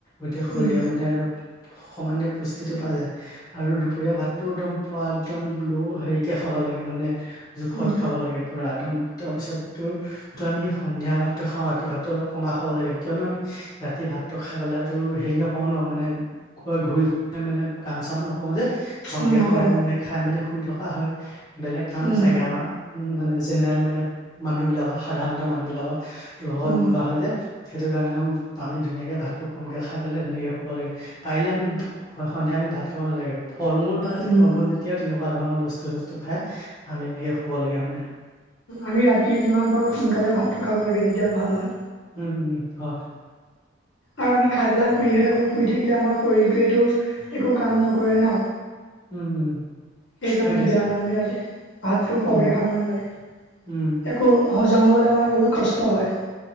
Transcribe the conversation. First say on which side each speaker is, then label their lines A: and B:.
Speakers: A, on the left; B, on the left.
A: গতিকে শৰিৰে
B: উম
A: মানে। সমানে পুষ্টিটো পোৱা যায় আৰু দুপৰীয়া ভাতটো একদম পোৱা একদম ল' হেৰিকে খাব লাগে মানে জোখত
B: উম
A: খাব লাগে পুৰা একদম তাৰপিছত তোৰ তটো আমি সন্ধিয়া ভাতটো খাওঁ ৰাতি ভাতটো অলপ কমা খাব লাগে কিয়নো আমি ৰাতি ভাতটো খাই পেলাই হেৰি নকওঁ ন মানে কয় ঘূৰি মানে কাম চাম নকও যে কমকে
B: উম নকৰো
A: খালে আমি মানে খাই মেলি শুই থকা হয় বেলেগ কাম
B: উম
A: নাথাকে আমাৰ, উ মানে জেনেৰেল মানে মানুহ বিলাকৰ সাধাৰণ মানুহ বিলাকৰ তত
B: উম
A: এনেকুৱা হয় যে। সেইটো কাৰণে আমি ধুনীয়াকে ভাতটো কমকে খাই পেলাই ধুনীয়াকে শুব লাগে পাৰিলে আমি সন্ধিয়া আমি ভাত খাব নালাগে। ফল মূল বা
B: উম
A: ফল মূল যেতিয়াও তেনেকুৱা ধৰণৰ বস্তু চস্তু খাই আমি তেনেকে শুব লাগে মানে
B: আমি ৰাতি যিমান পাৰোঁ সোনকালে ভাতটো খাব লাগে যেতিয়া ভাল হয়
A: উম উম হয়।
B: আৰু আমি খাই পেলাই শুইহে থাকো শুই থাকিলে আমাৰ শৰীৰটোৱে এইটো একো কাম নকৰে ন
A: উম উম
B: সেইকাৰণে
A: হয় দেই,
B: বেয়া মানে আমি ই ভাতটো শৱকে
A: উম,
B: খাব নালাগে,
A: উম,
B: একো হজম হ'বলৈ মানে বহুত কষ্ট হয়।